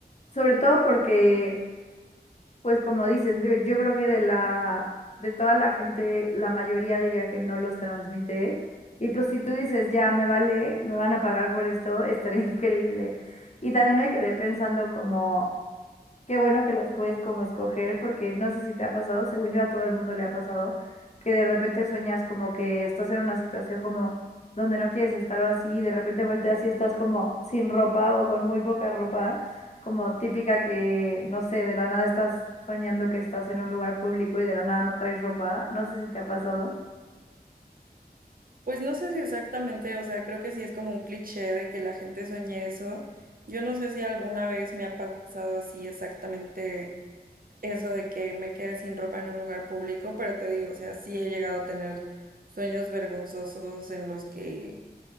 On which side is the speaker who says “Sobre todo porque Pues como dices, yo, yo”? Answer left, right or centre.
Left